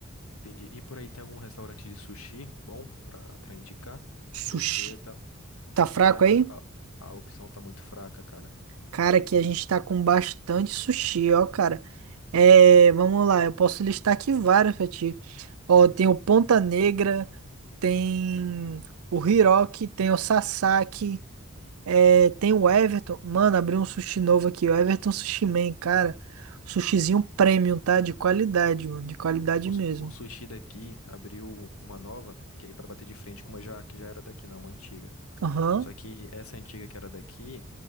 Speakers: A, on the left; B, on the right.
A: Entendi. E por aí tem algum restaurante de sushi bom pra, pra indicar?
B: Sushi.
A: Porque aqui, é tá,
B: Tá
A: aqui
B: fraco
A: a,
B: aí?
A: a, a opção tá muito fraca, cara.
B: Cara, aqui a gente tá com bastante sushi, ó, cara. É, vamos lá, eu posso listar aqui vários pra ti. Ó, tem o Ponta Negra, tem o Hiroki, tem o Sasaki, é, tem o Everton. Mano, abriu um sushi novo aqui, o Everton Sushi Man, cara. Sushizinho premium, tá? De qualidade, mano, de qualidade
A: O,
B: mesmo.
A: su- o sushi daqui abriu uma nova, que é aí para bater de frente com uma já, que já era daqui, não, uma antiga.
B: Aham,
A: Só que essa antiga que era daqui,